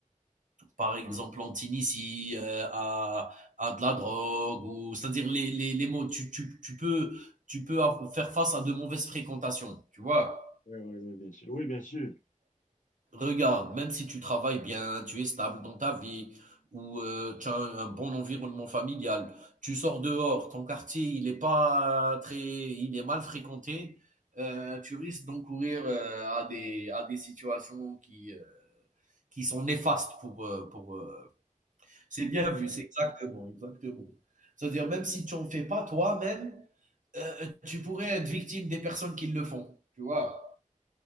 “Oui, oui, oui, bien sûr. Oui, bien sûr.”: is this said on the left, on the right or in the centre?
Left